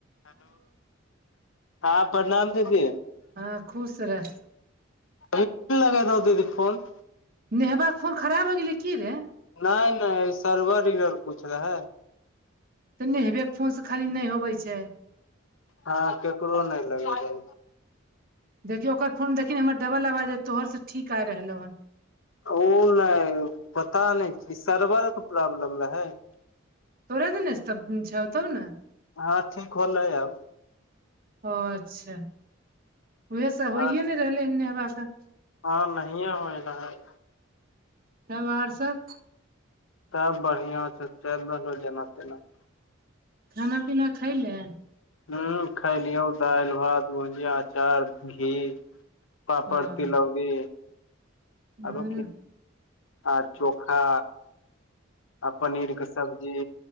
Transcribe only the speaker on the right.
हंऽ खुश रह।
नेहबाक फोन खराब हो गेलैय की रे?
तऽ नेहबेके फोन से खाली नै होबै छैय।
देखियौ ओकर फोन देखी हमर डबल आवाज हय तोहर से ठीक आ रहलौ हन।
तोरे त ने छै तौ ने <unintelligible>
ओ अच्छा! उह सब
होइे ने रहलै हन नेहबा से।
तब आओर सब?
खाना- पीना खइ लए?
हँ
हूँ